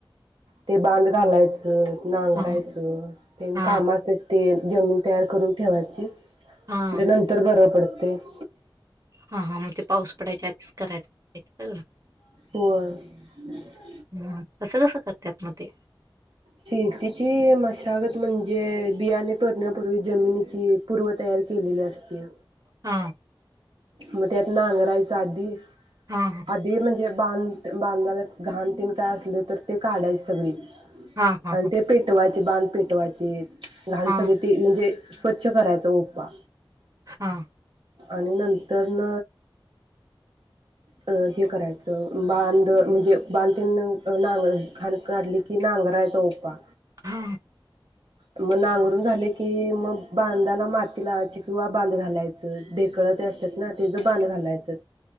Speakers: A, on the right; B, on the right.
A: ते बांध घालायचं नांगरायचं
B: हा
A: तेंन
B: हा
A: कामा असत्यात ते जमीन तयार करून ठेवायची. म्हणजे
B: हा
A: नंतर बर पडत तेच
B: हा हा मग ते पाऊस पडायच्या आधी करायचं.
A: होय
B: हम् कसं कसं करत्यात म ते
A: शेतीची मशागत म्हणजे बियाणे पेरण्यापूर्वी जमिनीची पूर्व तयारी केलेली असते.
B: हा
A: मग त्यात नांगरायच आधी
B: हा हा
A: अधि म्हणजे -- बांध बांधाला घाण तेण काय असले तर ते काढायच सगळी
B: हा हा
A: आणि ते पेटवाय ते बांध पेटवायचेत लहान
B: हा
A: सगळी ती म्हणजे स्वच्छ करायचा ओपा
B: हा
A: आणि नंत तर न अ हे करायचं बांध म्हणजे बांध नांग खाण काढली की नांगरायचा पा
B: हां,
A: मग नांगरून झाल की मग बांधाला माती लावायची किंवा बांध घालायचं ढेकळं ते असतात ना तेज बांध घालायचं